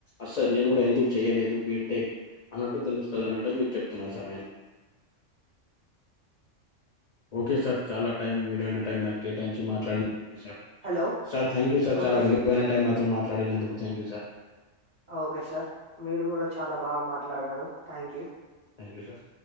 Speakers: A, on the left; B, on the right.
A: అస్సల్ నేను గుడ ఎందుకు చెయలేదు బీటెక్ అన్నట్టు తెలుస్తుంది అన్నట్టు మీకు చెప్తున్నా సార్ నేను
B: అ
A: ఓకే సార్, చాలా టైం విలువైన టైం నాక్ కేటాయించి మాట్లాడి sir,
B: hello
A: sir thank you sir
B: okay
A: చాలా విలు వైన టైం నాతో మాట్లాడినందుకు థ్యాంక్యూ సార్
B: ఓకే సార్ మీరు గుడ చాలా బాగా మాట్లాడారు థ్యాంక్ యూ.
A: Thank you sir